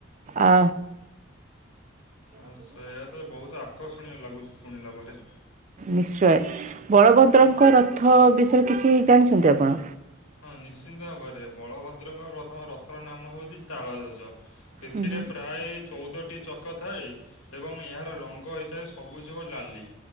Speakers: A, on the right; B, on the left.
A: ଆ।
B: ଆ ସୟା ତ ବହୁତ ଆକର୍ଷଣୀୟ ଲାଗୁଛି ଶୁଣିଲା ପରେ।
A: ନିଶ୍ଚୟ ବଳଭଦ୍ରଙ୍କ ରଥ ବିଷୟରେ କିଛି ଜାଣିଛନ୍ତି ଆପଣ?
B: ହଁ ନିଶ୍ଚିନ୍ତ ଭାବରେ ବଳଭଦ୍ରଙ୍କ ପ୍ରଥମ ରଥର ନାମ ହେଉଛି ତାଳଧ୍ୱଜ। ଏଥିରେ
A: ହୁଁ ହୁଁ
B: ପ୍ରାଏ ଚଉଦଟି ଚକ ଥାଏ ଏବଂ ଏହାର ରଙ୍ଗ ହୋଇଥାଏ ସବୁଜ ଓ ଲାଲି।